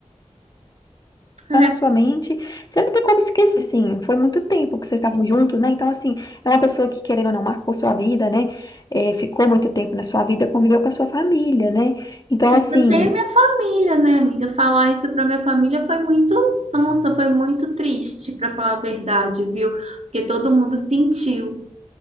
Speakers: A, on the right; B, on the left.
A: É,
B: tá na sua mente. Você não tem como esquecer, assim, foi muito tempo que vocês estavam juntos, né? Então, assim, é uma pessoa que, querendo ou não, marcou sua vida, né? É, ficou muito tempo na sua vida, conviveu com a sua família, né? Então,
A: ainda
B: assim,
A: tem a minha família, né, amiga? Falar isso para minha família foi muito, nossa, foi muito triste, para falar a verdade, viu? Porque todo mundo sentiu.